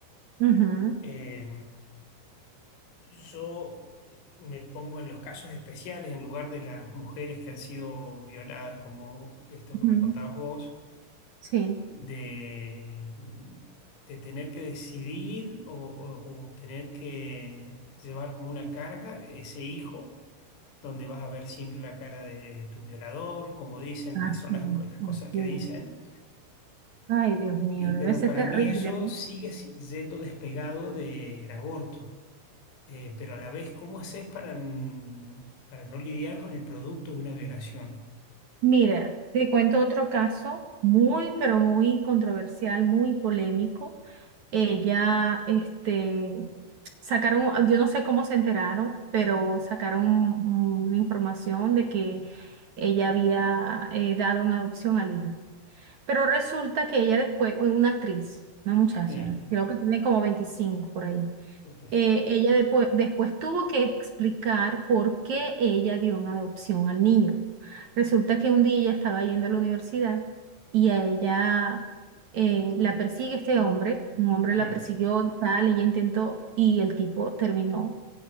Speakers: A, on the right; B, on the left.
A: ujú,
B: Eh, Yo eh, me pongo en los casos especiales en lugar de las mujeres que han sido violadas, como esto que
A: ujú.
B: me contabas vos,
A: Sí.
B: de, de tener que decidir o, o- o tener que llevar como una carga ese hijo, donde vas a ver siempre la cara de tu violador, como dicen,
A: Así,
B: que son las, co- las cosas
A: así.
B: que dicen.
A: Ay, Dios mío,
B: Y pero
A: debe ser
B: para
A: terrible,
B: mí eso
A: ¿no?
B: sigue si- yendo despegado del aborto. eh, pero a la vez, ¿cómo haces para, n- para no lidiar con el producto de una violación?
A: Mira, te cuento otro caso muy, pero muy controversial, muy polémico. Ella, este, sacaron, yo no sé cómo se enteraron, pero sacaron un- una información de que ella había eh, dado en adopción al hijo. Pero resulta que ella después, una actriz, una muchacha,
B: Sí,
A: creo que tiene como 25 por ahí.
B: pobrecita.
A: eh, ella depo- después tuvo que explicar por qué ella dio en adopción al niño. Resulta que un día ella estaba yendo a la universidad y a ella eh, la persigue este hombre, un hombre
B: Sí,
A: la persiguió, y tal, ella intentó y el tipo terminó